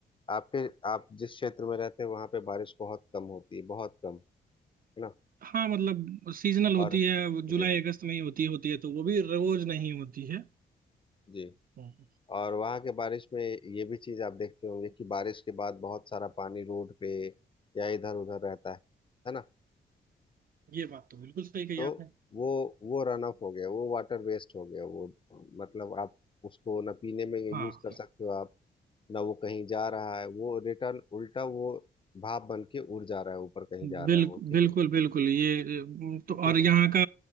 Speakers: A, on the left (about 25°); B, on the right (about 45°).
A: आपके आप जिस क्षेत्र में रहते हैं वहाँ पे बारिश बहुत कम होती है बहुत कम है ना
B: हाँ मतलब सीजनल होती
A: और
B: है वो
A: जी
B: जुलाई अगस्त में ही होती होती है तो वो भी रोज नहीं होती है
A: जी
B: हम्म,
A: और वहाँ के बारिश में ये भी चीज़ आप देखते होंगे कि बारिश के बाद बहुत सारा पानी रोड पे या इधर उधर रहता है है ना
B: ये बात तो बिल्कुल सही कही
A: तो
B: आपने
A: वो वो रन ऑफ हो गया वो वाटर वेस्ट हो गया वो मतलब आप उसको ना पीने में यूज
B: हाँ
A: कर सकते हो आप ना वो कहीं जा रहा है वो रिटर्न उल्टा वो भाप बन के उड़ जा रहा है ऊपर कहीं
B: बिल्कुल
A: जा रहा है वो ठीक
B: बिल्कुल
A: है
B: बिल्कुल ये अम, तो
A: ठीक
B: और
A: है
B: यहाँ का